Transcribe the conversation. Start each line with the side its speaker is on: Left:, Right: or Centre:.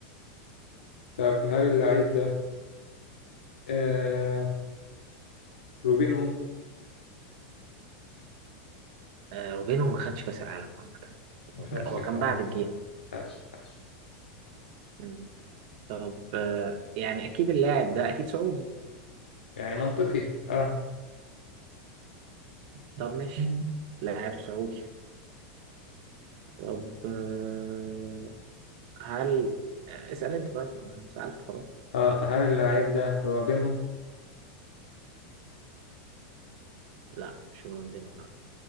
Left: طب هل اللعيب ده آه روبينهو؟
Right: آه وبينهم ما خدش كاس العالم عامه
Left: ما
Right: هو
Left: خدش
Right: ك- هو
Left: كأس
Right: كان
Left: العالم
Right: بعد الجيل
Left: يعني ما خدش ما خدش
Right: مم. طب آه يعني اكيد اللاعب ده اكيد سعودي
Left: يعني منطقي اه
Right: طب ماشي لاعب سعودي طب آه هل اسأل انت طيب انا سألت خلاص
Left: اه هل اللعيب ده رونالدينهو؟
Right: لا مش مقدمة ولا